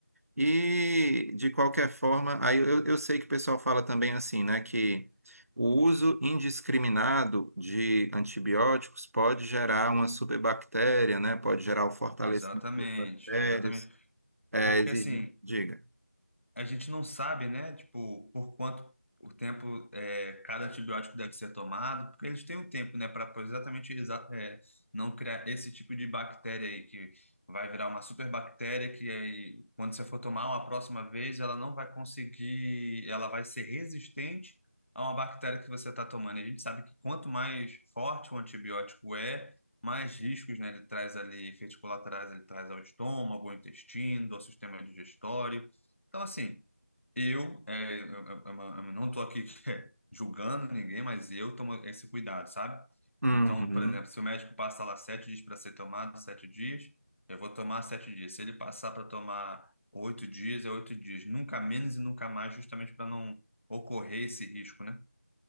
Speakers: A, on the right; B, on the left.
A: E, de qualquer forma, aí eu, eu sei que o pessoal fala também assim, né, que o uso indiscriminado de antibióticos pode gerar uma superbactéria, né, pode gerar o fortalecimento
B: Exatamente,
A: das bactérias,
B: exatamente.
A: é,
B: Porque
A: exige...
B: assim,
A: Diga.
B: a gente não sabe, né, tipo, por quanto o tempo é, cada antibiótico deve ser tomado, porque eles têm um tempo, né, para exatamente exa- é, não criar esse tipo de bactéria aí, que vai virar uma superbactéria que aí, quando você for tomar uma próxima vez, ela não vai conseguir, ela vai ser resistente a uma bactéria que você está tomando. E a gente sabe que quanto mais forte o antibiótico é, mais riscos, né, ele traz ali, efeitos colaterais, ele traz ao estômago, ao intestino, ao sistema digestório. Então, assim, eu, é, eu- eu- eu- não eu não estou aqui <laughs> eh, julgando ninguém, mas eu tomo esse cuidado, sabe?
A: Uhum.
B: Então, por exemplo, se o médico passa lá sete dias para ser tomado, sete dias, eu vou tomar sete dias. Se ele passar para tomar oito dias, é oito dias. Nunca menos e nunca mais, justamente para não ocorrer esse risco, né?